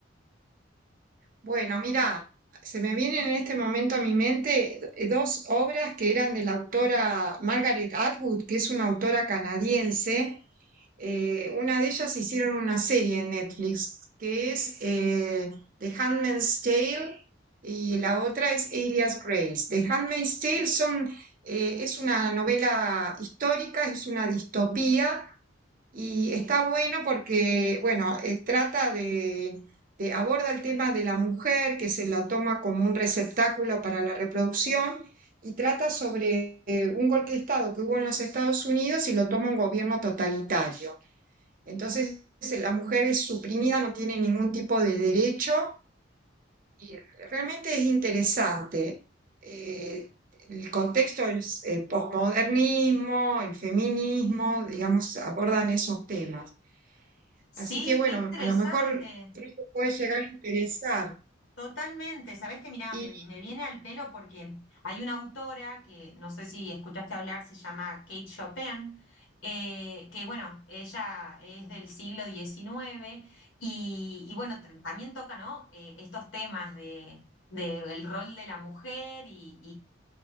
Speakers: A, on the right (about 45°); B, on the left (about 80°).
A: Bueno, mira, se me vienen en este momento a mi mente eh, dos obras que eran de la autora Margaret Atwood, que es una autora canadiense. Eh, una de ellas hicieron una serie en Netflix, que es eh, The Handmaid's Tale y la otra es Elias Grace. The Handmaid's Tale son, eh, es una novela histórica, es una distopía Y está bueno porque, bueno, eh, trata de, de- aborda el tema de la mujer que se la toma como un receptáculo para la reproducción y trata sobre eh, un golpe de Estado que hubo en los Estados Unidos y lo toma un gobierno totalitario. Entonces, eh, la mujer es suprimida, no tiene ningún tipo de derecho y realmente es interesante. Eh, el contexto del posmodernismo, el feminismo, digamos, abordan esos temas.
B: Sí,
A: Así que bueno,
B: qué interesante.
A: a lo mejor eso puede llegar a interesar.
B: Totalmente. Sabés que, mirá,
A: Y
B: me, me viene al pelo porque hay una autora que no sé si escuchaste hablar, se llama Kate Chopin, eh, que bueno, ella es del siglo diecinueve y, y, bueno, tra- también toca, ¿no? eh, estos temas de, de el rol de la mujer y,